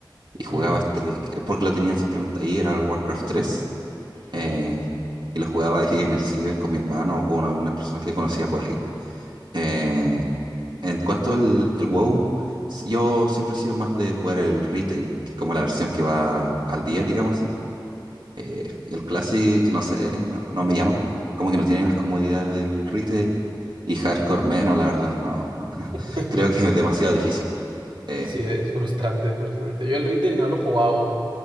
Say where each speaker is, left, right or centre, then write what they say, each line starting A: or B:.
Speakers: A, on the right; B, on the right.
A: y jugaba
B: Mm,
A: este, que- porque lo tenían simplemente ahí, era el Warcraft tres eh,
B: mm.
A: y lo jugaba ahí en el ciber con mi hermano o con algunas personas que conocía por ahí. Eh, en cuanto al el WoW, s- yo siempre he sido más de jugar el retail, que es como la versión que va al día, digamos así eh, y el Classic, no sé, no, no me llama. Como que no tiene las comodidades del retail. Y hardcore menos, la verdad, no. <laughs>
B: <laughs>
A: Creo que es demasiado difícil. Eh,
B: Sí, es frustrante, es frustrante. Yo el retail no lo he jugado,